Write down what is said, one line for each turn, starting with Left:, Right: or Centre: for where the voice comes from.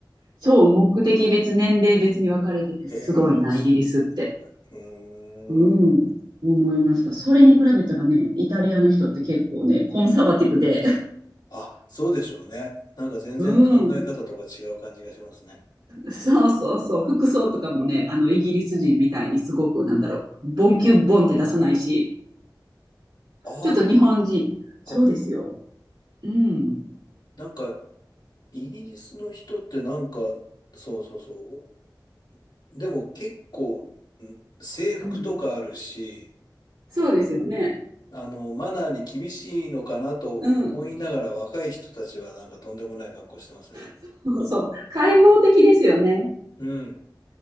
Right: そう、目的別、年齢別に分かれてて、すごいな、
Left: へえ、すごい。
Right: イギリスって。
Left: うーん。
Right: うん、思いました。それに比べたらね、イタリアの人って結構ね、コンサバティブで、<laughs>
Left: あ、そうでしょうね。なんか全然考え方とか違う感じがしますね。
Right: うん、そうそうそう、服装とかもね、あの、イギリス人みたいにすごく、なんだろう、ボンキュッボンって出さないし、
Left: ああ、
Right: ちょっと日本人。そうですよ。
Left: こう
Right: うん。
Left: なんか、イギリスの人ってなんか、そうそうそう。でも結構、ん制服とかあるし、
Right: うん。そうですよね。
Left: あの、マナーに厳しいのかなと思いながら若い人たちはなんかとんでもない格好してますよね。
Right: うん。<laughs> そう。開放的ですよね。
Left: うん。